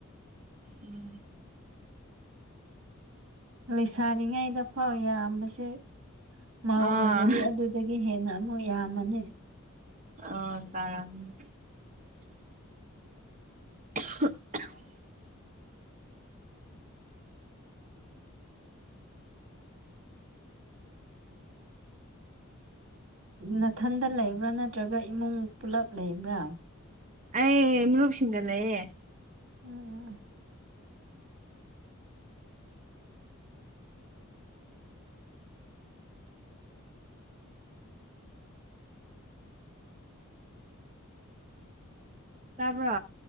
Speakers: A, on the right; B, on the right.
A: ꯎꯝ
B: ꯂꯩꯁꯥꯔꯤꯉꯩꯗ ꯐꯥꯎ ꯌꯥꯝꯕꯁꯦ ꯃꯥꯎ
A: ꯑꯥ
B: ꯑꯣꯏꯔꯗꯤ ꯑꯗꯨꯗꯒꯤ ꯍꯦꯟꯅ ꯑꯃꯨꯛ ꯌꯥꯝꯃꯅꯤ
A: ꯑ ꯇꯔꯝ <unintelligible>
B: ꯅꯥꯊꯟꯗ ꯂꯩꯕ꯭ꯔꯥ ꯅꯠꯇ꯭ꯔꯒ ꯏꯃꯨꯡ ꯄꯨꯂꯞ ꯂꯩꯕ꯭ꯔꯥ
A: ꯑꯩ ꯃꯔꯨꯁꯤꯡꯒꯗꯌꯦ
B: ꯎꯝ ꯎꯝ
A: ꯇꯥꯕ꯭ꯔꯣ